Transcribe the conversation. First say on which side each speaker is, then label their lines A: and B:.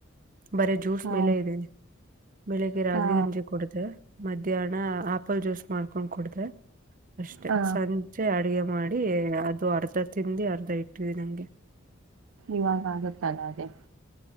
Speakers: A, on the right; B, on the right.
A: ಬರ ಜ್ಯೂಸ್
B: ಹಾ
A: ಮೇಲೆ ಇದದೆೀನಿ ಬೆಳಗ್ಗೆ ರಾಗಲಿ
B: ಹಾ
A: ಗಂಜೆ ಕುಡ್ದ ಮಧ್ಯಾಹ್ನ ಆಪಲ್ ಜ್ಯೂಸ್ ಮಾಡ್ಕೊಂಡ್ ಕುಡ್ದ ಅಷ್ಟೆ
B: ಹಾ
A: ಸಂಜ ಚೆ ಅಡಗೆ ಮಾಡಿ ಅದು ಅರ್ಧ ತಿಿಂದಿ ಅರ್ಧ ಇಟ್ಟಿದಿ ನಂಗೆ
B: ಇವಾಗ ಆಗುತ್ತಲ್ಲ ಅದೇ